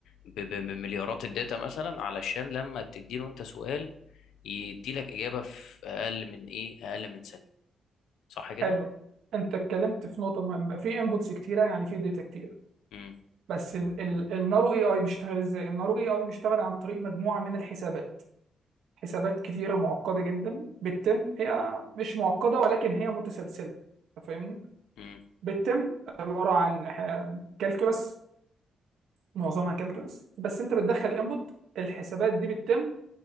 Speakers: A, on the left (about 80°); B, on the right (about 80°).
A: ب- ب- بمليارات الداتا مثلا علشان لما تديله انت سؤال يديلك اجابه في اقل من ايه اقل من ثانيه صح كده
B: حلو انت اتكلمت في نقطه مهمه في انبوتس كتيره يعني في داتا كتيره
A: امم
B: بس ال- ال- النارو اي اي بيشتغل ازاي النارو اي اي بيشتغل عن طريق مجموعه من الحسابات حسابات كتيره معقده جدا بتتم هي مش معقده ولكن هي متسلسله أنت فاهمني
A: امم
B: بتتم عباره عن كالكولس معظمها كالكولس بس انت بتدخل انبوت الحسابات دي بتتم